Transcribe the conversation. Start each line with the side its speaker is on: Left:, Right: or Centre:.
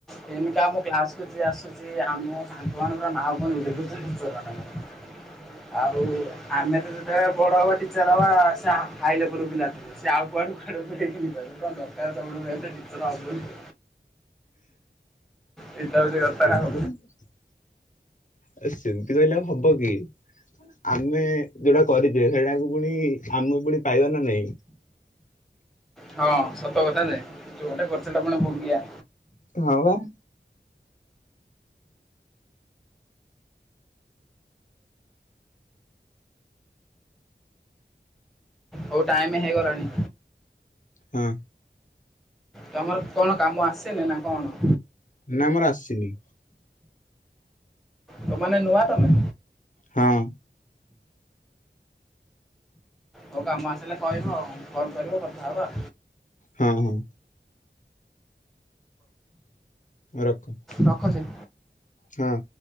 Centre: <unintelligible> ମାନଙ୍କ ପାଇଁ ଆଉ ଆମେ ତ ସେ ବଡ ହବ ଟିଚର ହବା ସେ ଆ ହାଇ ଲେବୁଲୁ ପିଲା ଥିଲେ ସେ ଆଉ କୁଆଡୁ କୁଆଡୁ <unintelligible> ତାହେଲେ ସବୁଠୁ ବେଷ୍ଟେ ଟିଚର ହବୁନି। ଏଇଟା ହଉଛି କଥା
Left: କେମିତି
Centre: ଆଉ
Left: କ <unintelligible> ଆ ସେମିତି କହିଲେ ହବ କି। ଆମେ ଯୋଉଟା କରିଛେ ସେଇଟାକୁ ପୁଣି ଆମେ ପୁଣି ପାଇବା ନା ନାଇଁ।
Centre: ହଁ ସତ କଥା ଯେ ଯୋଉଟା କରିଚେ ସେଟା ପୁଣି ଭୋଗିଆ।
Left: ହଁ ବା।
Centre: ହଉ ଟାଇମ ହେଇଗଲାଣି।
Left: ହଁ।
Centre: ତମର କଣ କାମ ଆସିନି ନା କଣ?
Left: ନା ମୋର ଆସିନି।
Centre: ତ ମାନେ ନୂଆ ତମେ?
Left: ହଁ।
Centre: ହଉ କାମ ଆସିଲେ କହିବ ଆଉ କଲ କରିବ କଥା ହବା।
Left: ହଁ ହଁ। ରଖ।
Centre: ରଖୁଛି।
Left: ହଁ।